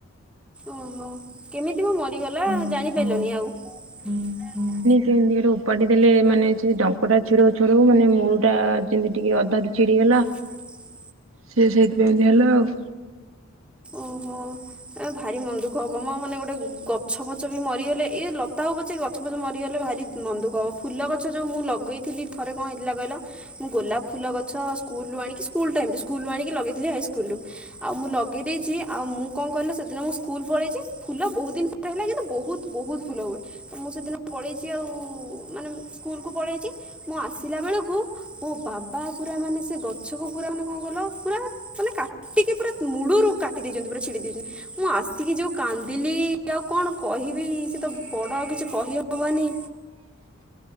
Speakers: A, in the centre; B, on the right (about 70°).
A: ଓହୋ। କେମିତି ମ ମରିଗଲା ଜାଣିପାଇଲନି ଆଉ।
B: ସେ ଏମିତି ଗୋଟେ ଉପାଡ଼ି ଦେଲେ ମାନେ ସେ ଡଙ୍କଟା ଛିଡ଼ଉ ଛିଡ଼ଉ ମାନେ ମୁଳ ଟା ଯେମିତି ଟିକେ ଅଧାରୁ ଛିଡିଗଲା
A: <unintelligible>
B: ସି ସେଇଥିପାଇଁ ବିି ହେଲା ଆଉ।
A: ଓହୋ। ଏ ଭାରି ମନ ଦୁଃଖ ହବ ମୋ ମାନେ ଗୋଟେ ଗଛ ପଛ ବି ମରିଗଲେ ଇ ଲତା ହଉ ପଚେ ଗ ଛ ଫଛ ମରିଗଲେ ଭାରି ମନ ଦୁଖ ହବ। ଫୁଲ ଗଛ ଯେଉଁ ମୁଁ ଲଗେଇଥିଲି ଥରେ କଣ ହେଇଥିଲା କହିଲ ମୁଁ ଗୋଲାପ ଫୁଲ ଗଛ ସ୍କୁଲୁ ଆଣିକି ସ୍କୁଲ୍ ଟାଇମ ସ୍କୁଲୁ ଆଣିକି ଲଗେଇଥିଲି ହାଇସ୍କୁଲରୁ। ଆଉ ମୁଁ ଲ ଗେଇ ଦେଇେଇଚି ଆଉ ମୁଁ କଣ କିଲ ସେଦିନ ମୁଁ ସ୍କୁଲ ପଳେଇଚି ଫୁଲ ବହୁତ ଦିନ ପ ହେଲା କିନ୍ତୁ ବହୁତ ବହୁତ ଫୁଲ ହୁଏ। ମୁଁ ସେଦିନ ପଳେଇଚି ଆଉ ମାନେ ସ୍କୁଲ କୁ ପଳେଇଛି ମୁଁ ଆସିଲା ବେଳକୁ ପୋ ବାବା ପୁରା ମାନେ ସେ ଗଛକୁ ପୁରା ମାନେ କଣ କଲ ପୁରା ମାନେ କାଟିକି ପୁରା ମଳୁ ରୁ କାଟି ଦେଇଚନ୍ତି ପୁରା ଛିଡି ଦେଇଚନ୍ତି ମୁଁ ଆସିକି ଯୋଉ କାନ୍ଦିଲି ଆଉ କଣ କହିବି ସେ ତ ବଡ ଆଉ କିଛି କହିହବନି।